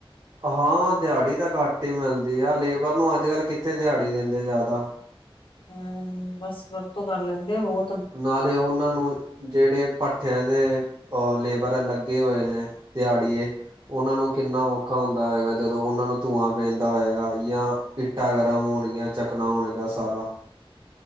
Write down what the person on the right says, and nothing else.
ਹਾਂ ਦਿਹਾੜੀ ਤਾਂ ਘੱਟ ਹੀ ਮਿਲਦੀ ਆ ਲੇਬਰ ਨੂੰ ਅੱਜ ਕੱਲ ਕਿੱਥੇ ਦਿਹਾੜੀ ਦੇਂਦੇ ਜ਼ਿਆਦਾ
ਨਾਲੇ ਉਹਨਾਂ ਨੂੰ ਜਿਹੜੇ ਭੱਠਿਆਂ ਦੇ ਉਹ ਲੇਬਰ ਲੱਗੇ ਹੋਏ ਨੇ ਦਿਹਾੜੀਏ ਉਹਨਾਂ ਨੂੰ ਕਿੰਨਾ ਔਖਾ ਹੁੰਦਾ ਹੈਏਗਾ ਜਦੋਂ ਉਹਨਾਂ ਨੂੰ ਧੂੰਆਂ ਪੈਂਦਾ ਹੋਏਗਾ ਯਾ ਇੱਟਾਂ ਗਰਮ ਹੋਣਗੀਆਂ ਚੱਕਨਾ ਹੋਣਗਾ ਸਾਰਾ